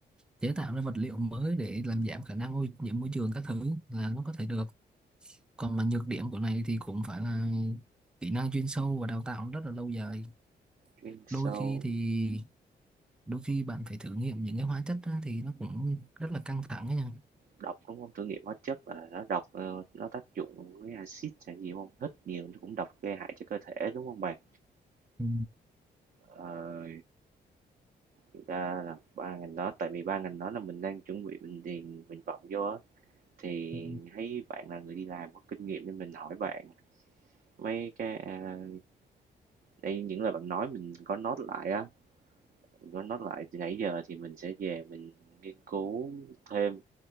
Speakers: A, in the centre; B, on the right.
A: chế tạo ra vật liệu mới để làm giảm khả năng ô nhiễm môi trường các thứ là nó có thể được còn mà nhược điểm của này thì cũng phải là kỹ năng chuyên sâu và đào tạo rất là lâu dài
B: chuyên sâu
A: đôi khi thì đôi khi bạn phải thử nghiệm những cái hóa chất á, thì nó cũng rất là căng thẳng ấy nha
B: độc, đúng không Thử nghiệm hóa chất là nó độc, ờ, nó tác dụng với axit hay gì không Hít nhiều nó cũng độc gây hại cho cơ thể, đúng không bạn?
A: ừ.
B: Ờ, thực ra là 3 ngành đó tại vì 3 ngành đó là mình đang chuẩn bị mình điền nguyện vọng vô á, thì
A: Ừ.
B: thấy bạn là người đi làm có kinh nghiệm nên mình hỏi bạn mấy cái, a, Đây, những lời bạn nói mình có note lại á, mình có note lại từ nãy giờ thì mình sẽ về mình nghiên cứu thêm.